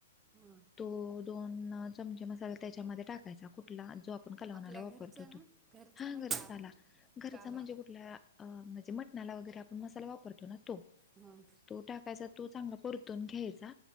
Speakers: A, on the right (about 15°); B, on the left (about 15°).
A: हां
B: तो दोन चमचे मसाला त्याच्यामध्ये टाकायचा कुठला जो आ पण कालवनाला
A: आपल्या
B: वापरतो
A: घरचा ना
B: तो
A: घरचा
B: हा
A: ना
B: घर
A: का
B: चाला घरचा
A: काला
B: म्हणजे कुठला अ म्हणजे मटणाला वगैरे आपण मसाला वापरतो ना तो
A: हं
B: तो टाकायचा तो चांगला परतून घ्यायचा